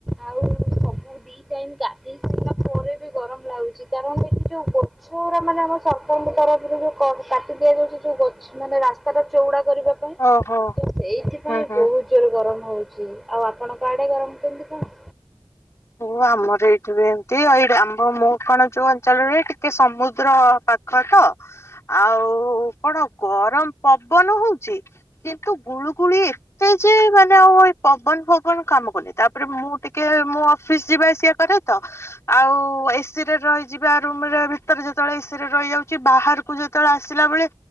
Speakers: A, in the centre; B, on the left (about 25°).
A: ଆଉ ସ ଦି ଟାଇମ ଗାଧେଇ ସାଇଲା ପରେ ବି ଗରମ ଲାଗୁଛି କାରଣ ଏଠି ଯୋଉ ଗଛଉରା ମାନେ ଆମ ସରକାରଙ୍କ ତରଫରୁ ଯଉ କାଟି ଦିଆଯାଉଚି ଯଉ ଗଛ ମାନେ ରାସ୍ତାଟା ଚଉଡ଼ା କରିବା ପାଇଁ
B: ଓହୋ
A: ତ ସେଇଥିପାଇଁ
B: ହୁଁ ହୁଁ।
A: ବହୁତ ଜୋରେ ଗରମ ହଉଚି ଆଉ ଆପଣଙ୍କଆଡ଼େ ଗରମ କେମିତି କଣ?
B: ଓ ଆମର ଏଠି ବି ଏମିତି ଏଇ ଆମ୍ ମୋ କଣ ଯୋଉ ଅଞ୍ଚଳରେ ଟିକେ ସମୁଦ୍ର ପା ଖ ତ ଆଉ କଣ ଗରମ ପବନ ହଉଚି। କିନ୍ତୁ ଗୁଳୁଗୁଳି ଏତେ ଯେ ମାନେ ଆଉ ଏଇ ପବନ ଫବନ କାମ କନି ତାପରେ ମୁଁ ଟିକେ ମୁଁ ଫିସ୍ ଯିବା ଆସିବା କରେ ତ। ଆଉ ଏସିି ରେ ରହିଯିବା ରୁମରେ ଭିତରେ ଯେତେବେଳେ ଏସି ରେ ରହିଯାଉଛି ବାହାର କୁ ଯେତେବେଳେ ଆସିଲା ବେଳେ